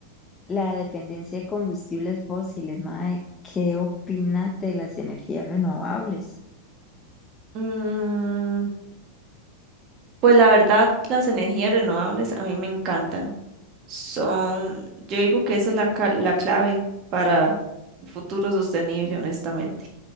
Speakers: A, on the left; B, on the right.
A: la dependencia de combustibles fósiles, mae, ¿qué opina de las energías renovables?
B: Mm, pues la verdad, las energías renovables a mí me encantan. Son, yo digo que esa es la, ca- la clave para un futuro sostenible, honestamente.